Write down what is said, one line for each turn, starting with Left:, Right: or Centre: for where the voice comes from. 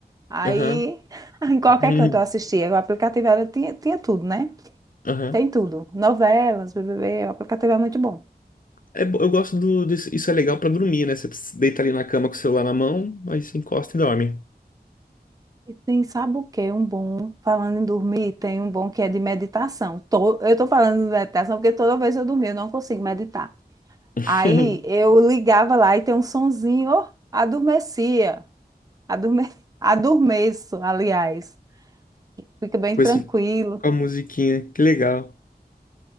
Right: aí
Left: Aham.
Right: <laughs> em qualquer
Left: Hum,
Right: canto eu assistia. O aplicativo era, tinha, tinha tudo, né?
Left: Aham.
Right: Tem tudo. Novelas, BBB, o aplicativo é muito bom.
Left: É bo- eu gosto do, desse- isso é legal pra dormir, né? Você deita ali na cama com o celular na mão, aí você encosta e dorme.
Right: E tem, sabe o quê? Um bom, falando em dormir, tem um bom que é de meditação. Tô- eu tô falando de meditação porque toda vez eu dormia, eu não consigo meditar.
Left: <laughs>
Right: Aí eu ligava lá e tem um sonzinho, ó, adormecia. Adorme... Adormeço, aliás. Fica bem
Left: Com
Right: tranquilo.
Left: esse, com a musiquinha. Que legal.